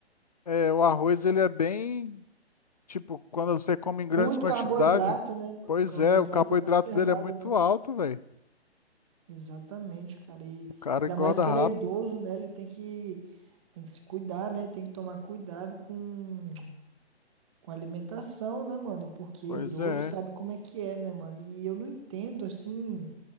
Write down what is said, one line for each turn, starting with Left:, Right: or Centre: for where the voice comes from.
Left: é, o arroz ele é bem, tipo, quando você come em grandes
Right: Muito
Left: quantidades,
Right: carboidrato, né, mano?
Left: pois
Right: Carboidrato
Left: é, o carboidrato
Right: exacerbado,
Left: dele é muito
Right: né?
Left: alto, velho.
Right: Exatamente, cara. E
Left: O cara
Right: ainda
Left: engorda
Right: mais que
Left: rápido.
Right: ele é idoso, né? Ele tem que, tem que se cuidar, né? Tem que tomar cuidado com, com a alimentação, né, mano? Porque
Left: Pois
Right: idoso
Left: é,
Right: sabe como é que é, né, mano? E eu não entendo, assim.